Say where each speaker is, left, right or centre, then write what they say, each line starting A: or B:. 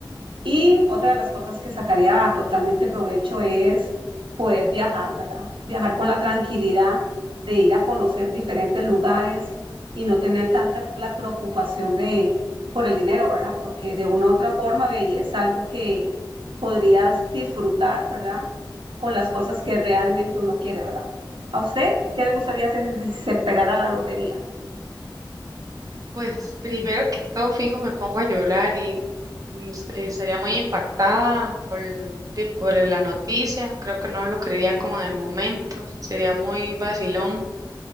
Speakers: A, on the right; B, on the right.
A: Y otra de las cosas que sacaría totalmente provecho es poder viajar, ¿verdad? Viajar con la tranquilidad de ir a conocer diferentes lugares y no tener tanta la preocupación de por el dinero, ¿verdad? Porque de una u otra forma, ve, y es algo que podrías disfrutar, ¿verdad? Con las cosas que realmente uno quiere, ¿verdad? ¿A usted qué le gustaría hacer si se pegara la lotería?
B: Pues primero que todo, fijo, me pongo a llorar y mm, s- eh, estaría muy impactada por, el ti- por la noticia. Creo que no lo creería como en el momento. Sería muy vacilón.